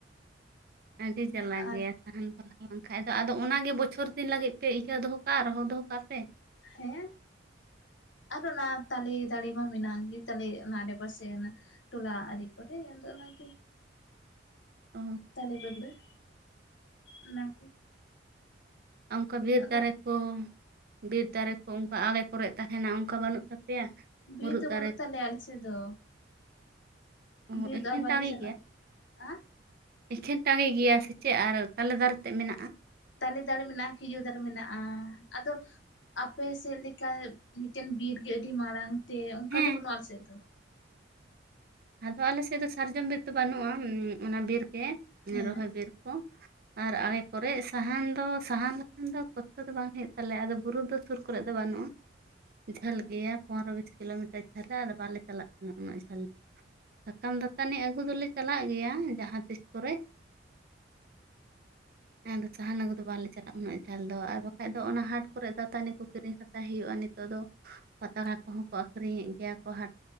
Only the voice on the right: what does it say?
ᱟᱹᱰᱤ ᱡᱟᱞᱟ
ᱜᱮᱭᱟ ᱥᱟᱦᱟᱱ ᱯᱟᱞᱟ ᱵᱟᱝᱠᱷᱟᱡ ᱫᱚ ᱟᱫᱚ ᱚᱱᱟᱜᱮ ᱵᱚᱪᱷᱚᱨ ᱫᱤᱱ ᱞᱟᱹᱜᱤᱫ ᱯᱮ ᱤᱭᱟᱹ ᱫᱚᱦᱚ ᱠᱟᱜᱼᱟ ᱟᱨᱦᱚ ᱫᱚᱦᱚ ᱠᱟᱜ ᱯᱮ
ᱚ
ᱚᱱᱠᱟ ᱵᱤᱨ
ᱫᱟᱨᱮ ᱠᱚ ᱵᱤᱨ ᱫᱟᱨᱮ ᱠᱚ ᱚᱱᱠᱟ ᱟᱲᱮ ᱠᱚᱨᱮ ᱛᱟᱦᱮᱱᱟ ᱚᱱᱠᱟ ᱵᱟᱹᱱᱩᱜ ᱛᱟᱯᱮᱭᱟ
ᱢᱩᱨᱩᱫ
ᱫᱟᱨᱮ
ᱠᱚᱦᱚᱸ
ᱮᱠᱷᱮᱱ
ᱴᱟᱺᱜᱤ
ᱜᱮᱭᱟ
ᱮᱠᱷᱮᱱ ᱴᱟᱸᱜᱮ ᱜᱮᱭᱟ ᱥᱮ ᱪᱮᱫ ᱟᱨ ᱛᱟᱞᱮ ᱫᱟᱨᱮᱛᱮ ᱢᱮᱱᱟᱜᱼᱟ
ᱦᱮᱸ
ᱦᱮᱸ ᱟᱫᱚ ᱟᱞᱮ ᱥᱮᱫ ᱫᱚ ᱥᱟᱨᱡᱚᱢ ᱵᱤᱨ ᱫᱚ ᱵᱟᱹᱱᱩᱜᱼᱟ ᱚᱱᱟ ᱵᱤᱨ ᱪᱮᱫ
ᱨᱚᱦᱚᱭ ᱵᱤᱨ ᱠᱚ ᱟᱨ ᱟᱲᱮ ᱠᱚᱨᱮ ᱥᱟᱦᱟᱱ ᱫᱚ ᱥᱟᱦᱟᱱ ᱞᱮᱠᱷᱟᱱ ᱫᱚ ᱠᱚᱥᱴᱚ ᱫᱚ ᱵᱟᱝ ᱦᱩᱭᱩᱜ ᱛᱟᱞᱮᱭᱟ ᱟᱫᱚ ᱵᱩᱨᱩ ᱫᱚ ᱥᱩᱨ ᱠᱚᱨᱮ ᱫᱚ ᱵᱟᱹᱱᱩᱜᱼᱟ ᱡᱷᱟᱹᱞ
ᱜᱮᱭᱟ ᱯᱚᱱᱨᱚ ᱵᱤᱥ ᱠᱤᱞᱳᱢᱤᱴᱟᱨ ᱡᱷᱟᱹᱞ ᱨᱮ ᱟᱫᱚ ᱵᱟᱞᱮ ᱪᱟᱞᱟᱜ ᱠᱟᱱᱟ᱾ ᱚᱱᱟ ᱩᱱᱟᱹᱜ ᱡᱷᱟᱹᱞ᱾ ᱥᱟᱠᱟᱢ ᱫᱟᱛᱟᱹᱱᱤ ᱟᱹᱜᱩ ᱫᱚᱞᱮ ᱪᱟᱞᱟᱜ ᱜᱮᱭᱟ ᱡᱟᱦᱟᱸ ᱛᱤᱥ ᱠᱚᱨᱮ᱾
ᱟᱫᱚ ᱥᱟᱦᱟᱱ ᱟᱹᱜᱩ ᱠᱚᱫᱚ ᱵᱟᱞᱮ ᱪᱟᱞᱟᱜᱼᱟ ᱩᱱᱟᱹᱜ ᱡᱷᱟᱞ ᱫᱚ ᱟᱨ ᱵᱟᱠᱷᱟᱡ ᱫᱚ ᱚᱱᱟ ᱦᱟᱴ ᱠᱚᱨᱮ ᱫᱟᱛᱟᱹᱱᱤ ᱠᱚ ᱠᱤᱨᱤᱧ ᱦᱟᱛᱟᱣ ᱦᱩᱭᱩᱜᱼᱟ᱾ ᱱᱤᱛᱚᱜ ᱫᱚ ᱯᱟᱛᱲᱟ ᱠᱚᱦᱚᱸ ᱠᱚ ᱟᱠᱷᱨᱤᱧᱮᱫ ᱜᱮᱭᱟ ᱠᱚ ᱦᱟᱴ